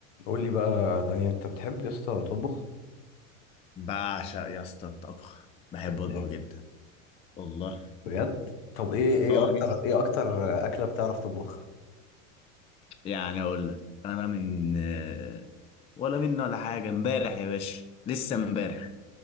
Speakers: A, on the left; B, on the left.
A: قول لي بقى داني انت بتحب يا اسطى تطبخ
B: بعشق يا اسطى الطبخ بحب
A: كذاب
B: اطبخ جدا والله
A: بجد طب ايه ايه
B: اه
A: اكتر
B: جدا
A: ايه اكتر اكله بتعرف تطبخها
B: يعني اقول لك انا من آه، ولا منه ولا حاجه امبارح يا باشا لسه امبارح